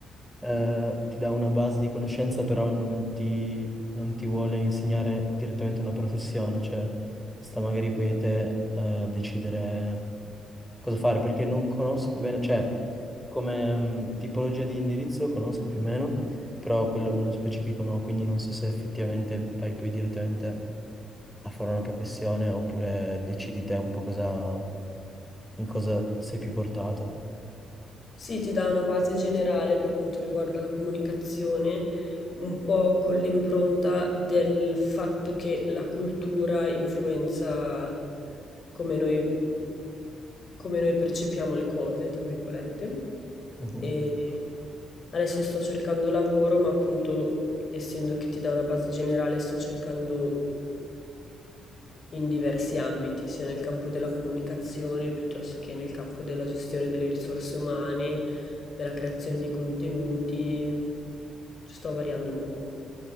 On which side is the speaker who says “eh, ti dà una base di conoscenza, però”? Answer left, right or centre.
Centre